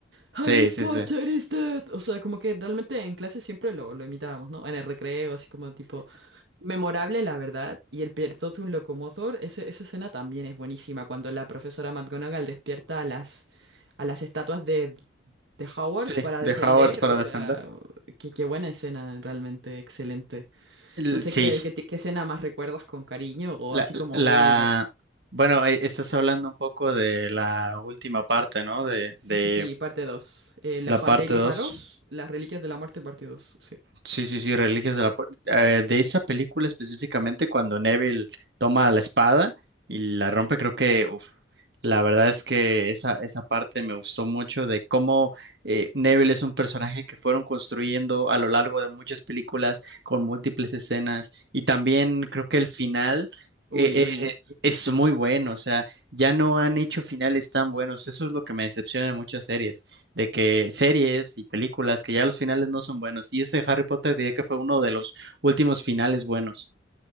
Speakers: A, on the right; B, on the right.
A: Sí,
B: Harry Potter
A: sí, sí.
B: is dead. O sea, como que realmente en clase siempre lo, lo imitábamos, ¿no? En el recreo, así como tipo... Memorable, la verdad, y el Pierzot un locomotor, ese- esa escena también es buenísima, cuando la profesora McGonagall despierta a las, a las estatuas de, de Hogwarts
A: Sí,
B: para
A: de
B: defender,
A: Hogwarts para
B: o
A: defender.
B: sea, qué, qué buena escena, realmente excelente.
A: El-
B: No sé
A: sí,
B: qué, qué, ti- qué escena más recuerdas con cariño, o
A: la,
B: así como,
A: la...
B: oh my god.
A: Bueno, eh, estás hablando un poco de la última parte, ¿no? De,
B: Sí,
A: de
B: sí, sí, parte dos Eh, la
A: la
B: Hall
A: parte
B: Daily
A: 2.
B: Harrows, las Reliquias de la Muerte, parte 2 sí.
A: Sí, sí, sí, Reliquias de la Pu- eh, de esa película específicamente cuando Neville toma la espada y la rompe, creo que la verdad es que esa, esa parte me gustó mucho de cómo eh, Neville es un personaje que fueron construyendo a lo largo de muchas películas con múltiples escenas y también creo que el final
B: Uy,
A: eh,
B: uy.
A: eh, es muy bueno, o sea, ya no han hecho finales tan buenos, eso es lo que me decepciona en muchas series, de que series y películas que ya los finales no son buenos y ese Harry Potter diría que fue uno de los últimos finales buenos.